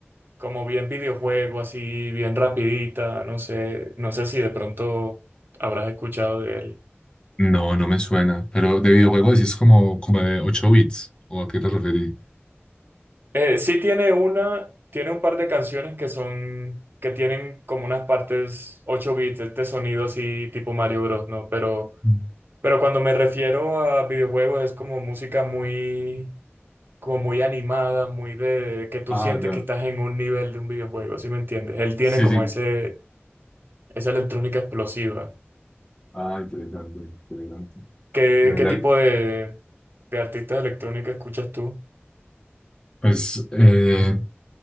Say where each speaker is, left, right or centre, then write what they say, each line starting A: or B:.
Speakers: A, on the right (about 55°); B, on the left (about 20°).
A: como bien videojuego, así bien rapidita, no sé, no sé si de pronto habrás escuchado de él.
B: No, no me suena. Pero de videojuego decís como, como de 8 bits. ¿O a qué te referís?
A: Eh, sí tiene una, tiene un par de canciones que son, que tienen como unas partes 8 bits, este sonido así tipo Mario Bros, ¿no? Pero,
B: Mm.
A: pero cuando me refiero a videojuegos es como música muy, como muy animada, muy de, que tú
B: Ah,
A: sientes
B: ya.
A: que estás en un nivel de un videojuego, ¿sí me entiendes? Él tiene
B: Sí,
A: como
B: sí.
A: ese, esa electrónica explosiva.
B: Ah, interesante, interesante.
A: ¿Qué,
B: De verdad,
A: qué tipo de, de artistas electrónicos escuchas tú?
B: pues eh,